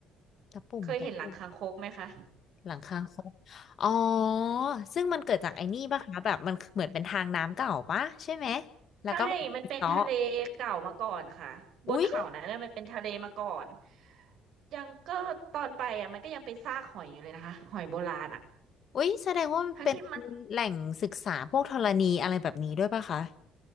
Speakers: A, on the left; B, on the right.
A: ตะปุ่มตะปุ่ม
B: เคยเห็นหลังคางคกไหมคะ
A: หลังคาคกอ๋อซึ่งมันเกิดจากไอ้นี่ปะคะแบบมันเหมือนเป็นทางน้ำเก่าปะใช่ไหมแล้วก็แบบเจาะ
B: ใช่มันเป็นทะเลเก่ามาก่อนค่ะบนเขานั้นน่ะมันเป็นทะเลมาก่อน
A: อุ๊ย
B: ยังก็ตอนไปอ่ะมันก็ยังเป็นซากหอยอยู่เลยนะคะหอยโบราณอ่ะ
A: อุ๊ยแสดงว่ามันเป็น
B: ทั้งที่มัน
A: แหล่งศึกษาพวกธรณีอะไรแบบนี้ด้วยปะคะ